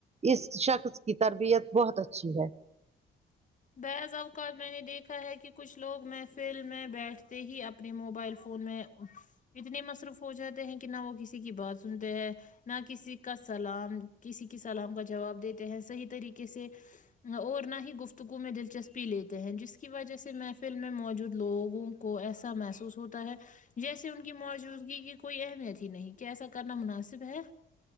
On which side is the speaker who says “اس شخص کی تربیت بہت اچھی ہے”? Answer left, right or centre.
Right